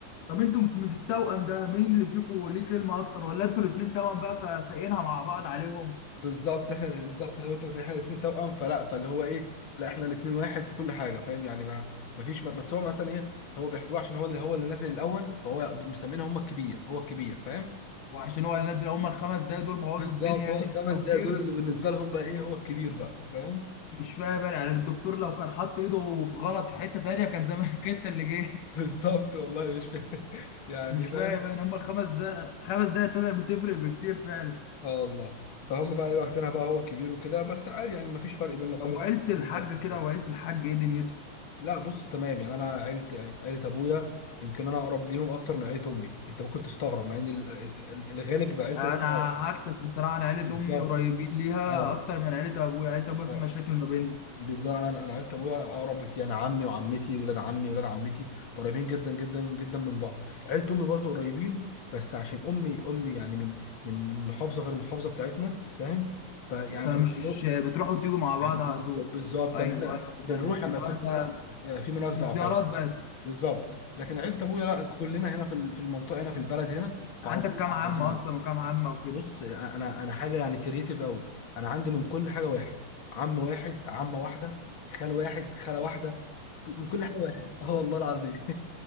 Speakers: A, on the left (about 70°); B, on the left (about 40°).
A: طب انتوا في في التوأم ده مين اللي فيكم ليه كلمة أكتر ولا انتوا الاتنين توأم بقى فسايقينها مع بعض عليهم
B: بالظبط احنا بالظبط زي ما انت قلت احنا الاثنين توأم فلا فاللي هو ايه لا احنا الاثنين واحد في كل حاجه فاهم يعني ما ما فيش ما بس هو مثلا ايه هو بيحسبوه عشان هو اللي هو اللي نازل الاول فهو مسمينه هم الكبير هو الكبير فاهم
A: وعشان هو اللي نازل هما الخمس دقايق دول بوظوا
B: بالظبط
A: الدنيا يعني
B: هو الخمس
A: فرقوا
B: دقايق
A: كتير
B: دول اللي بالنسبه لهم بقى ايه هو الكبير بقى فاهم
A: مش فاهم انا يعني الدكتور لو كان حط ايده في غلط في حته تانيه كان زمانك انت <laughs> اللي جاي
B: <laughs> بالظبط والله مش فاهم يعني
A: مش
B: فاهم
A: فاهم انا هم الخمس دقايق خمس دقايق طلع بتفرق بكتير فعلا
B: اه والله فهم بقى ايه واخدينها بقى هو الكبير وكده بس عادي يعني ما فيش فرق بيننا خالص
A: طب وعيله
B: احنا الاثنين
A: الحاج
B: واحد وكده
A: كده وعيله الحاج ايه دنيتهم
B: لا بص تمام يعني انا عيلة عيلة ابويا يمكن انا اقرب ليهم اكتر من عيلة امي انت ممكن تستغرب مع ان ال- ال- ال- الغالب بيبقى عيلة
A: انا
B: الام اه
A: عكسك الصراحه انا عيله
B: بالظبط
A: امي قريبين ليها
B: ايوه
A: اكتر من عيله ابويا عيله ابويا
B: آه،
A: في مشاكل ما بيننا
B: بالظبط انا انا عيلة ابويا اقرب بكتير يعني عمي وعمتي ولاد عمي ولاد عمتي قريبين جدا جدا جدا من بعض عيلة امي برضو قريبين بس عشان امي امي يعني من من من محافظة غير المحافظة بتاعتنا فاهم فيعني
A: فمش
B: بنروح
A: بتروحوا وتيجوا مع
B: <clears throat>
A: بعض
B: بالظبط
A: على طول
B: بالظبط،
A: ايوه
B: يعني احنا
A: ايوه
B: بنروح
A: فاهمك
B: لما
A: اللي
B: يكون
A: هو انت
B: في منا- في مناسبة
A: في زيارات
B: او حاجة
A: بس
B: بالظبط لكن عيله ابويا لا كلنا هنا في ال- في المنطقه هنا في البلد هنا فعلى
A: عندك
B: طول
A: كام
B: مع
A: عمه
B: بعضينا
A: اصلا وكام عمه وكده
B: بص انا انا حاجه يعني كرييتيف قوي انا عندي من كل حاجه واحد عم واحد عمه واحده خال واحد خاله واحده من كل حاجه واحد <laughs> اه والله العظيم